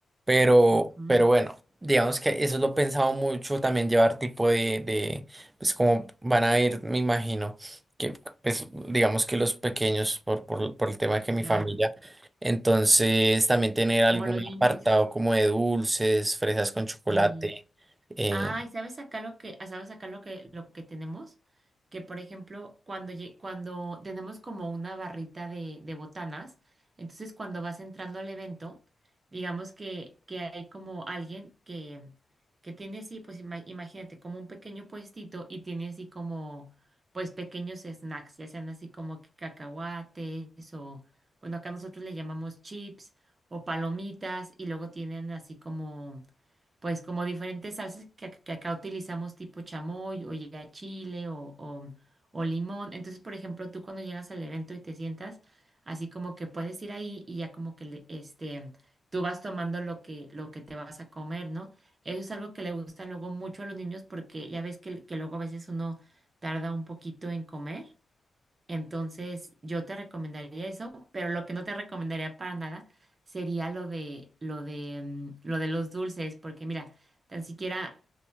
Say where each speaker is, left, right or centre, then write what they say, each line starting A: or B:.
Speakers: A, on the right (about 25°); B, on the right (about 40°).
A: pero,
B: Ujú.
A: pero bueno, digamos que eso lo he pensado mucho, también llevar tipo de, de, pues como van a ir, me imagino, que pues digamos que los pequeños, por, por, por el tema de que mi
B: Claro,
A: familia, entonces también tener algún
B: como los niños,
A: apartado como de dulces, fresas con chocolate,
B: y
A: eh,
B: Ay, ¿sabes acá lo que, ah, sabes acá lo que, lo que tenemos? Que por ejemplo, cuando, lle- cuando tenemos como una barrita de, de botanas, entonces cuando vas entrando al evento, digamos que, que hay como alguien que, que tiene así, pues ima- imagínate, como un pequeño puestito y tiene así como, pues pequeños snacks, ya sean así como que cacahuates o, bueno, acá nosotros le llamamos chips o palomitas y luego tienen así como pues como diferentes salsas que, que acá utilizamos tipo chamoy o ya chile o, o, o limón. Entonces, por ejemplo, tú cuando llegas al evento y te sientas, así como que puedes ir ahí y ya como que le- este, tú vas tomando lo que, lo que te vas a comer, ¿no? Eso es algo que le gusta luego mucho a los niños porque ya ves que, que luego a veces uno tarda un poquito en comer. Entonces, yo te recomendaría eso, pero lo que no te recomendaría para nada sería lo de lo de mm, lo de los dulces, porque mira, tan siquiera